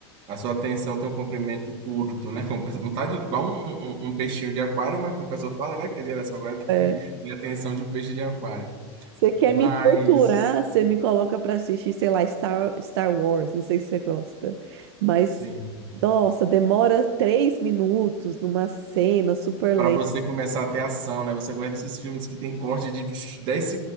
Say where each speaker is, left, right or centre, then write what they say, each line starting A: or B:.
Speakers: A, on the right; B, on the right.
A: a sua atenção tem um comprimento curto, né? Como pessoa- Não tá de- igual um, um- um um peixinho de aquário, mas como o pessoal fala, né? Que a geração vai <laughs> tem
B: É.
A: tem atenção de peixe de aquário.
B: Você quer
A: Mas,
B: me torturar, você me coloca pra assistir, sei lá, Star, Star Wars, não sei se você gosta. Mas,
A: sim.
B: nossa, demora três minutos numa cena super lenta.
A: Para você começar a ter ação, né? Você gosta desses filmes que tem corte de 10,